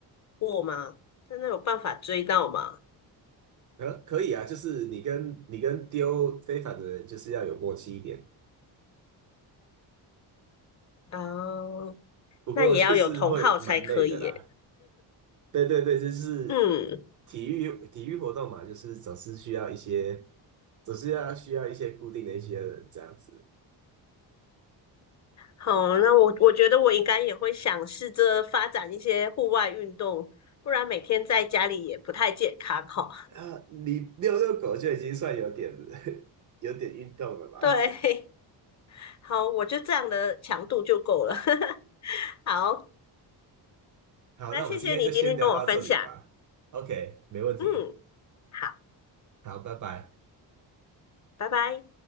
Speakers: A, on the left; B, on the right.
A: 过吗？真的有办法追到吗？
B: 可可以啊，就是你跟你跟丢飞盘的人就是要有默契一点。
A: 哦，
B: 不过就是
A: 那也要有同好才可以哎、
B: <laughs> 会蛮累的啦。对对对，就是
A: 嗯，
B: 体育体育活动嘛，就是总是需要一些，总是要需要一些固定的一些人这样子。
A: 好，那我我觉得我应该也会想试着发展一些户外运动，不然每天在家里也不太健康哈。
B: <laughs> 啊，你遛遛狗就已经算有点 <laughs> 有点运动了吧？
A: 对，<laughs> 好，我就这样的强度就够了。<laughs> 好，
B: <laughs> 好，
A: 那谢谢你今天跟我分享，
B: 那我们今天就先聊到这里吧。OK，没问题。
A: 嗯，好，
B: 好，拜拜。
A: 拜拜。